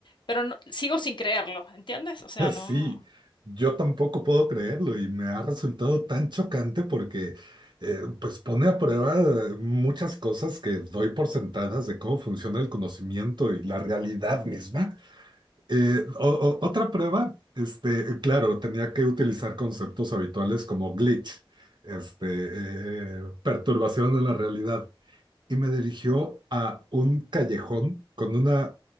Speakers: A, on the left; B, on the right.
A: pero no- sigo sin creerlo, ¿entiendes?
B: <laughs>
A: O sea,
B: Así,
A: no,
B: yo tampoco puedo creerlo y me ha resultado tan chocante porque, eh, pues, pone a prueba eh, muchas cosas que doy por sentadas de cómo funciona el conocimiento y la realidad misma. Eh, o- o- otra prueba, este, claro, tenía que utilizar conceptos habituales como glitch, este, eh, perturbación de la realidad, y me dirigió a un callejón con una